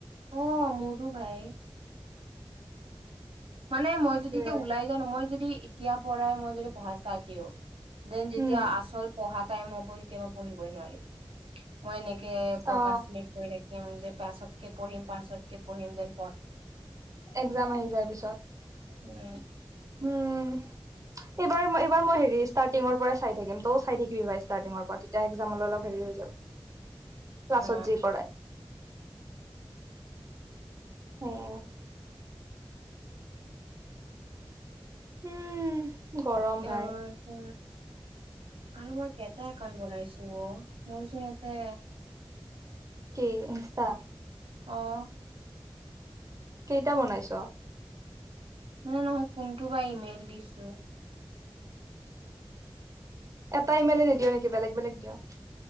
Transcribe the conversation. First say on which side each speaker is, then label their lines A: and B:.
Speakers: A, on the right; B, on the right.
A: অ মোৰোটো ভাই মানে মই
B: সেইটোৱে
A: যদি এতিয়া ওলাই যাওঁ মই যদি এতিয়া পৰাই মই যদি পঢ়া ষ্টাৰ্টত দিওঁ। দেন যেতিয়া
B: উম
A: আচল পঢ়া টাইম হ'ব তেতিয়া মই পঢ়িবই নোৱাৰিম মই এনে কে প্ৰকাশ
B: অ
A: চিলেট কৰি থাকিম যে পাছতকে পঢ়িম পাছতকে পঢ়িম দেন
B: একজাম আহি যায় পিছত
A: উম
B: উম এইবাৰ এইবাৰ মই হেৰি ষ্টৰ্টিংৰ পৰাই চাই থাকিম ত‌ইও চাই থাকিবি ষ্টাৰ্টিংৰ পৰা তেতিয়া একজামলৈ অলপ হেৰি ক্লাছত
A: অ
B: যি পঢ়ায় উম উম গৰম
A: অ
B: ভাই
A: আৰু মই কেইটা একাউন্ট বনাইছো অ মোৰচোন ইয়াতে
B: কি ইনছষ্টা
A: অঁ
B: কেইটা বনাইছ
A: মানে নহয় কোনটো বা ইমেইল দিছো
B: এটা ইমেইলে নিদিও নেকি বেলেগ বেলেগ দিয়ো